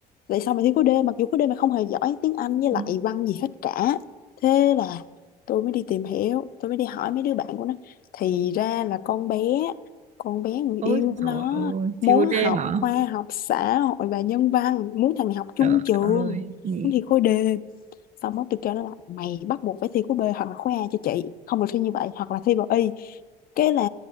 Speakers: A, on the left; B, on the right.
A: tại sao mày thi khối D mặc dù khối D mày không hề giỏi tiếng Anh với lại
B: Ừ.
A: văn gì hết cả thế là tôi mới đi tìm hiểu tôi mới đi hỏi mấy đứa bạn của nó thì ra là con bé con bé người
B: ôi
A: yêu nó
B: trời ơi
A: muốn
B: siêu đê
A: học
B: hả
A: khoa học xã hội và nhân văn muốn thằng này học chung
B: trời
A: trường
B: ơi ừ.
A: muốn thi khối D xong đó tôi kêu nó là mày bắt buộc phải thi khối B hoặc là khối A cho chị không được thi như vậy hoặc là thi vào y cái là